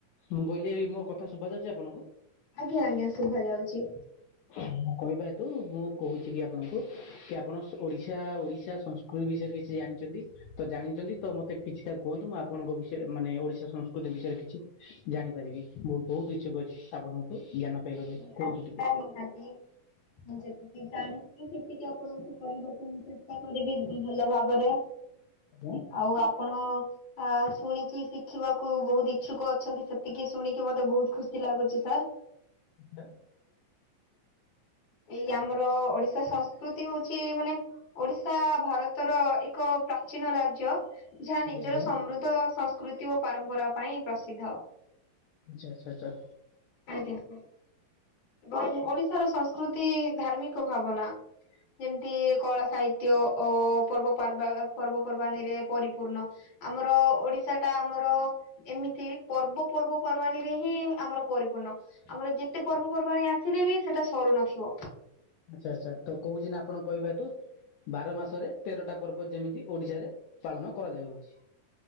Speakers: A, on the left; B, on the left.
A: ମୁଁ କହିଲି ମୋ କଥା ଶୁଭା ଯାଉଛି ଆପଣଙ୍କୁ?
B: ଆଜ୍ଞା ଆଜ୍ଞା ଶୁଭା ଯାଉଛି।
A: <inaudible> କହିବା ହେତୁ ମୁଁ କହୁଛି କି ଆପଣଙ୍କୁ କି ଆପଣ ଓଡିଶା ଓଡିଶା ସ <unintelligible> ବିଷୟରେ କିଛି ଜାଣିଛନ୍ତି ତ ଜାଣିଛନ୍ତି ତ ମ କିଛିଟା କୁହନ୍ତୁ ମୁଁ ଆପଣଙ୍କ ବିଷୟରେ ମାନେ ଓଡିଶା ସଂସ୍କୃତି ବିଷୟରେ କିଛି ଜାଣିପାରିବି ମୁଁ ବହୁତ ଇଛୁକ ଅଛି ଆପଣଙ୍କଠୁ ଜ୍ଞାନ ପାଇବା ପାଇଁ।
B: ନିହାତି
A: କୁହନ୍ତୁ ଟିକେ
B: ସାର୍ ନିହାତି ମୁଁ ଯେତିକି ଜାଣିଚି ସେତିକି ଆପଣଙ୍କୁ କହିବାକୁ ମୁଁ ଚେଷ୍ଟା କରିବି ଭଲ ଭାବରେ।
A: ଆଜ୍ଞା।
B: ଆଉ ଆପଣ ଆ ଶୁଣିକି ଶିଖିବାକୁ ବହୁତ ଇଚ୍ଛୁକ ଅଛନ୍ତି ସେତିକି ଶୁଣିକି ମତେ ବହୁତ ଖୁସି ଲାଗୁଛି ସାର୍।
A: <inaudible>
B: <inaudible> ଏଇ ଆମର-ଅ-ଅ ଓଡିଶା ସଂସ୍କୃତି ହଉଛି ମାନେ ଓଡିଶା ଭାରତର ଏକ ପ୍ରାଚୀନ ରାଜ୍ୟ। ଯାହା
A: ଆଚ୍ଛା
B: ନିଜର
A: ଆଜ୍ଞା ଆଜ୍ଞା
B: ସମୃଦ୍ଧ, ସଂସ୍କୃତି ଓ ପାରମ୍ପରା ପାଇଁ ପ୍ରସିଦ୍ଧ।
A: ଯା ଆଛା ଆଛା।
B: ଆଜ୍ଞା କୁ। ଏବଂ ଓଡିଶାର ସଂସ୍କୃତି ଧାର୍ମିକ ଭାବନା ଯେମିତି କଳା ସାହି ତ୍ୟ ଓ ପର୍ବପାର୍ବା ପର୍ବପର୍ବାଣୀରେ ପରିପୂର୍ଣ୍ଣ। ଆମର ଓଡିଶା ଟା ଆମର ଏମିତି ପର୍ବ ପର୍ବପର୍ବାଣୀରେ ହିଁ ଆମର ପରିପୂର୍ଣ୍ଣ। ଆମର ଯେତେ ପର୍ବ ପର୍ବାଣୀ ଆସିଲେ ବି ସେଟା ସରୁ ନଥିବ।
A: ଆଛା ଆଚ୍ଛା ତ କହୁଛି ନା ଆପଣ କହିବା ହେତୁ ବାର ମାସରେ ତେରଟା ପର୍ବ ଯେମିତି। ଓଡ଼ିଶାରେ ପାଳନ କରାଯାଉଅଛି